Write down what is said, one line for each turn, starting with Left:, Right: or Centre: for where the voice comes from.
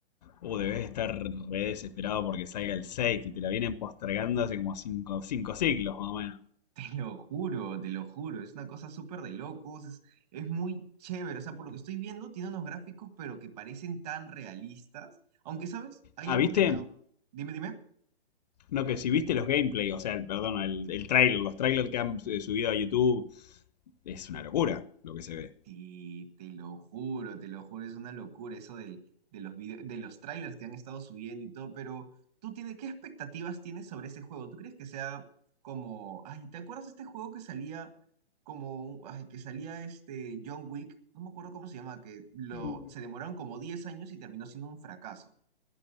Left: Uh, debes estar re desesperado porque salga el 6 que te la vienen postergando hace como cinco, cinco siglos más o menos.
Right: Te lo juro, te lo juro, es una cosa súper de locos, es, es muy chévere, o sea, por lo que estoy viendo, tiene unos gráficos pero que parecen tan realistas, aunque, ¿sabes? Hay
Left: Ah,
Right: algo
Left: ¿viste?
Right: que me ha... Dime, dime.
Left: No, que si viste los gameplay, o sea, el, perdón, el, el trailer, los trailers que han eh, subido a YouTube, es una locura lo que se ve.
Right: Sí, te lo juro, te lo juro, es una locura eso del, de los vide- de los trailers que han estado subiendo y todo, pero tú tienes, ¿qué expectativas tienes sobre ese juego? ¿Tú crees que sea como, ay, ¿te acuerdas de este juego que salía como, ay, que salía este John Wick? No me acuerdo cómo se llama, que lo,
Left: Mm.
Right: se demoraron como 10 años y terminó siendo un fracaso.